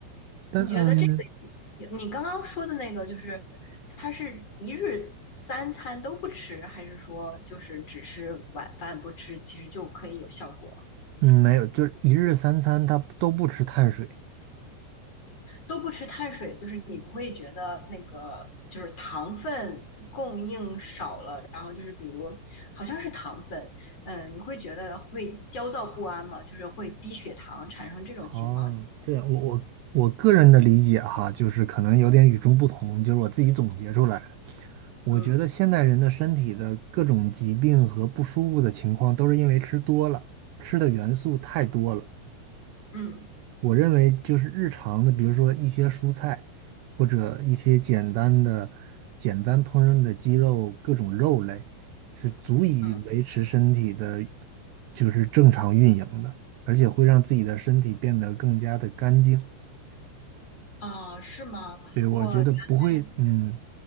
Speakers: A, on the right; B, on the left.
A: 但嗯
B: 你觉得这个你刚刚说的那个，就是他是一日三餐都不吃，还是说就是只是晚饭不吃，其实就可以有效果？
A: 嗯没有，就是一日三餐他都不吃碳水。
B: 都不吃碳水，就是你不会觉得那个就是糖分供应少了，然后就是比如好像是糖分，嗯，你会觉得会焦躁不安吗？就是会低血糖产生这种情况？
A: 哦，这样，我我我个人的理解哈，就是可能有点与众不同，就是我自己总结出来的。我觉得现代人的身体的各种疾病和不舒服的情况，
B: 嗯
A: 都是因为吃多了，吃的元素太多了。
B: 嗯
A: 我认为就是日常的，比如说一些蔬菜，或者一些简单的、简单烹饪的鸡肉，各种肉类，是足以维持身体的，
B: 嗯，嗯
A: 就是正常运营的，而且会让自己的身体变得更加的干净。
B: 啊，是吗？
A: 对，我觉得不会，
B: 我原来
A: 嗯。